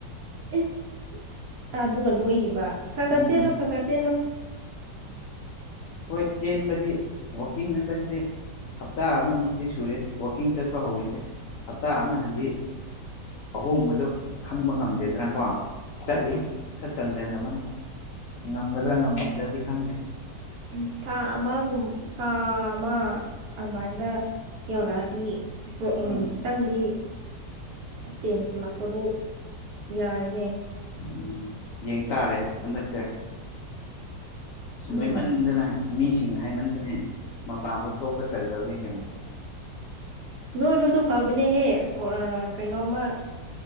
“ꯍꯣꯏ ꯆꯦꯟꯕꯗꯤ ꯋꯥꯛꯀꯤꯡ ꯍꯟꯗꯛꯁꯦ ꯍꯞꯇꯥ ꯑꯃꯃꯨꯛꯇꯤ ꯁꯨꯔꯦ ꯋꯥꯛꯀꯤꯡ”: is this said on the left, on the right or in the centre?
Left